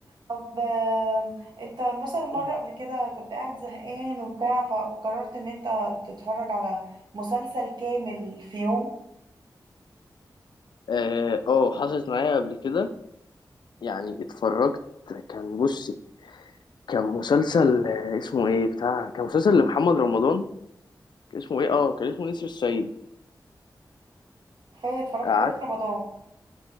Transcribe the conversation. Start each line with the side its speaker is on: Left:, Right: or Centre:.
Right: طب آم، انت مثلا مرة
Left: <laughs>
Right: قبل كده كنت قاعد زهقان وبتاع فقررت ان انت تتفرج على مسلسل كامل في يوم
Left: اه آه، حصلت معايا قبل كده يعني اتفرجت كان بصي كان مسلسل آه، اسمه ايه بتاع كان مسلسل لمحمد رمضان كان اسمه ايه اه كان اسمه نسر الصعيد
Right: فاتفرجت
Left: قعدت
Right: عليه في رمضان